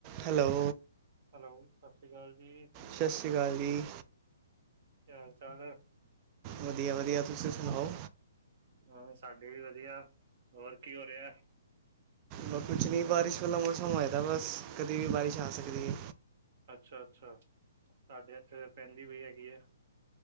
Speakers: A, on the right (about 30°); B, on the right (about 55°).
A: Hello.
B: Hello. ਸਤਿ ਸ਼੍ਰੀ ਅਕਾਲ ਜੀ।
A: ਸਤਿ ਸ਼੍ਰੀ ਅਕਾਲ ਜੀ।
B: ਕੀ ਹਾਲ ਚਾਲ ਹੈ।
A: ਵਧੀਆ-ਵਧੀਆ ਤੁਸੀਂ ਸੁਣਾਓ।
B: ਹਾਂ, ਸਾਡੇ ਵੀ ਵਧੀਆ, ਹੋਰ ਕੀ ਹੋ ਰਿਹਾ?
A: ਬੱਸ ਕੁਛ ਨਹੀਂ ਬਾਰਿਸ਼ ਵਾਲਾ ਮੌਸਮ ਹੋਇਆ ਦਾ ਬਸ, ਕਦੇ ਵੀ ਬਾਰਿਸ਼ ਆ ਸਕਦੀ ਐ।
B: ਅੱਛਾ-ਅੱਛਾ, ਸਾਡੇ ਐਥੇ ਤੇ ਪੈਂਦੀ ਪਈ ਹੈਗੀ ਐਂ।